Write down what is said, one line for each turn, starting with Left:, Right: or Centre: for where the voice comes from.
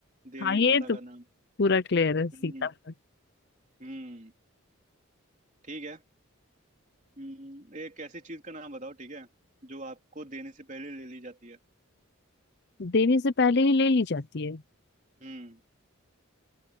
Right: देवी
Left: हाँ ये
Right: माता
Left: तो
Right: का नाम
Left: पूरा क्लियर है सीता
Right: हम्म
Left: पर
Right: हम्म ठीक है हम्म, एक ऐसी चीज का नाम बताओ ठीक है जो आपको देने से पहले ले ली जाती है
Left: देने से पहले ही ले ली जाती है
Right: हम्म